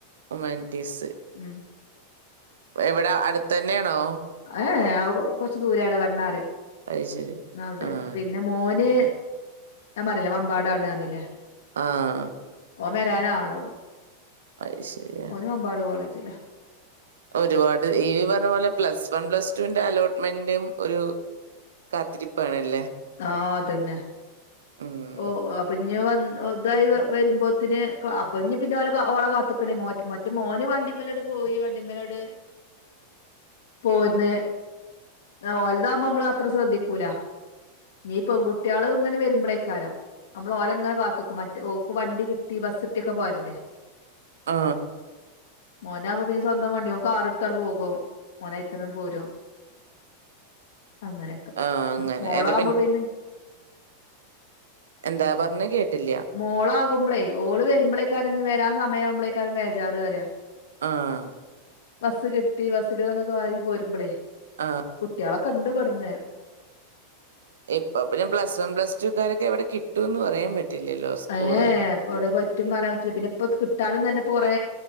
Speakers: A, on the right; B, on the left.
A: ഹുമാനിടീസ്
B: ഉം
A: എവിടെ അടുത്ത തന്നെയാണോ
B: ഏഹ കൊറച്ച ദൂര അവിടെ വണ്ണാറ്
A: അത് ശരി.
B: അവിടെയാണ്
A: ആഹ്
B: പിന്നെ മോന് ഞാൻ പറഞ്ഞിലേ വമ്പാടാണ് പറഞ്ഞ്ല്ലേ
A: ആഹ്
B: ഓ വരാനാണെള്ളു
A: അത് ശരി.
B: ഓന് വമ്പാട് കോളേജ്ലാ
A: ഒരുപാട് ഈ പറഞ്ഞ പോലെ പ്ലസ് വൺ പ്ലസ് ടുവിന്റെ അലോട്ട്മെന്റും ഒരു കാത്തിരിപ്പാണല്ലേ
B: ആ അതന്നെ
A: ഉം.
B: ഓ ആ അപ്പൊ ഇഞ്ഞ് വന്ന് ഇതായി വരുമ്പോത്തിന് അപ്പൊ ഇഞ്ഞ് പിന്നെ ഓലെ ഓളെ കാത്ത്ക്കണേ മോ ന്റെ മോന് വണ്ടി മലാണ്ട്പോയി വണ്ടിമലാണ്ട് പോര് നേ താ ഓൽതാകുമ്പോ നമ്മള് അത്ര ശ്രദ്ധിക്കൂല ഞ്ഞ് പെൺകുട്ടിയാള് ഇങ്ങനെ വരുമ്പളേക്കാരം നമ്മള് ഓലങ്ങനെ കാത്ത്ക്കും മറ്റേ ഓക്ക് വണ്ടി കിട്ടി ബസ് കിട്ടി ഒക്കെ പോരറ്റേ
A: ആ
B: മോനാവുമ്പോ പിന്നെ സ്വന്തം വണ്ടി ഓൻ കാർ ഇട്ത്താട്ട് പോകും ഓന് അയി തന്നെ ങ്ങട്ട് പോരും അങ്ങനെക്കെ
A: ആ അങ്ങനെ.
B: മോളാവുമ്പോ
A: അല്ല
B: പിന്നെ
A: എന്താ പറഞ്ഞേ കേട്ടില്ല
B: മോളാകുമ്പളേ ഓള് വരുമ്പോളേക്കാ രം ഇഞ്ഞ് വരാൻ സമയാവുമ്പളേക്കാരം വേജാറ് റയാ
A: ആഹ്
B: ബസ് കിട്ടി ബസ്സില് കാരി പോരുമ്പളേ
A: ആ.
B: കുട്ടിയാളൊ ക്കെ ഇണ്ട് ഇമ്പട്ന്ന്
A: ഇപ്പൊ പിന്നെ പ്ലസ് വൺ പ്ലസ് ടു കാര്ക്കെ എവിടെ കിട്ടും ന്ന് പറയാൻ പറ്റില്ലല്ലോ സ്കൂള്.
B: അ ഏ പ്പം വിടെ പ റ്റും പറയാ പറ്റില്ല പിന്നെ ഇപ്പൊ കിട്ടാനും തന്നെ കുറെ